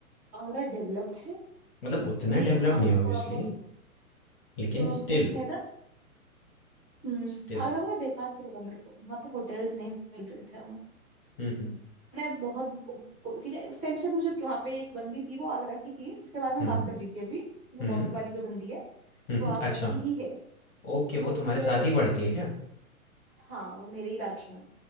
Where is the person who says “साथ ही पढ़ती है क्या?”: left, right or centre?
Left